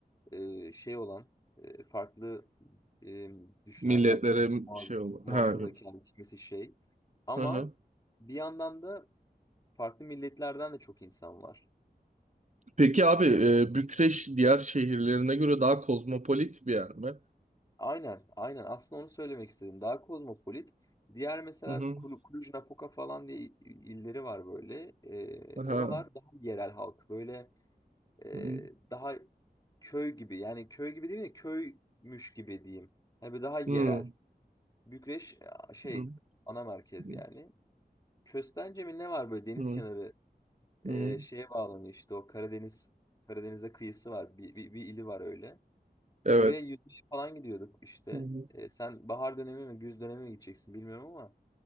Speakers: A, on the left; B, on the right.
A: e, şey olan e, farklı e, düşünen
B: Milletlere
A: yani kimisi muha-
B: şey olan.
A: muhafazakar
B: Ha, yok.
A: kimisi şey ama
B: Hı hı.
A: bir yandan da farklı milletlerden de çok insan var.
B: Peki abi e, Bükreş diğer şehirlerine göre daha kozmopolit bir yer mi?
A: Aynen aynen aslında onu söylemek istedim daha kozmopolit. Diğer mesela
B: Hı hı.
A: Kulu- Cluj, Napoca falan diye il- illeri var böyle. E,
B: Aha.
A: oralar daha yerel halk böyle e,
B: Hı
A: daha köy gibi yani köy gibi değil mi köymüş gibi diyeyim. Hani böyle daha yerel.
B: hı.
A: Bükreş e, şey
B: Hı
A: ana merkez
B: hı.
A: yani. Köstence mi ne var böyle deniz
B: Hı
A: kenarı e,
B: hı.
A: şeye bağlanıyor işte o Karadeniz Karadeniz'e kıyısı var. Bir, bir, bir ili var öyle.
B: Evet.
A: Oraya yüzmeye falan gidiyorduk işte.
B: Hı hı.
A: E, sen bahar dönemi mi güz dönemi mi gideceksin bilmiyorum ama